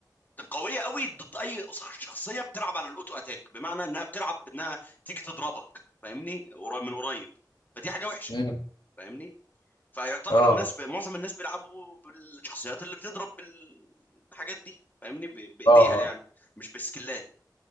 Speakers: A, on the left; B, on the left.
A: قويه قوي ضد اي شخصيه بتلعب على الاوتو اتاك بمعنى انها بتلعب انها تيجي تضربك فاهمني قريب- من قريب فدي حاجه وحشه
B: امم
A: فاهمني فيعتبر
B: اه
A: الناس ب... معظم الناس بيلعبوا بالشخصيات اللي بتضرب بالحاجات دي فاهمني ب... بايديها
B: اه اه
A: يعني مش بسكلات